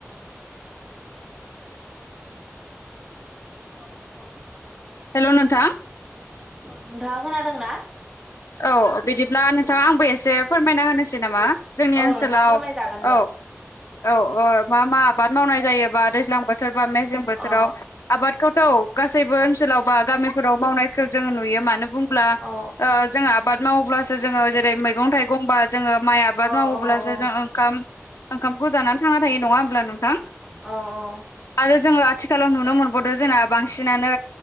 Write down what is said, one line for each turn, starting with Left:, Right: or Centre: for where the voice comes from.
Centre: <unintelligible> सावरि बादालि जायो बा आथिखालाव जोङो गावजों गावनो माने
Left: हेल' नोंथां
Centre: औ नोंथाङा खोनादोंना?
Left: औ बिदिब्ला नोंथां आंबो एसे फोरमायना होनोसै नामा जोंनि
Centre: औ
Left: ओनसोलाव
Centre: नोंथां फोरमायजागोन
Left: औ
Centre: दे
Left: औ औ मा मा आबाद मावनाय जायोबा दैज्लां बोथोर बा मेेसें बोथोराव
Centre: अ
Left: आबादखौथ' गासैबो ओनसोलाव बा गामिफोराव मावनायखौ जों नुयो मानो बुं ब्ला
Centre: अ
Left: जोङो आबाद मावोब्लासो जोङो जेरै मैगं-थाइगं बा जोङो माइ आबाद
Centre: अ
Left: मावोब्लासो
Centre: अ अ
Left: जों ओंखाम ओंखामखौ जानानै थांना थायो नङा होमब्ला नोंथां?
Centre: औ-औ
Left: आरो जोङो आथिखालाव नुनो मोनबावदो जोंना बांसिनानो